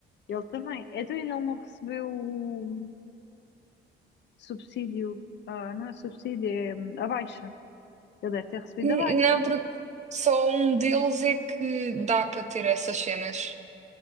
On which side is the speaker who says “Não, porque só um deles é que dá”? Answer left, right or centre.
Right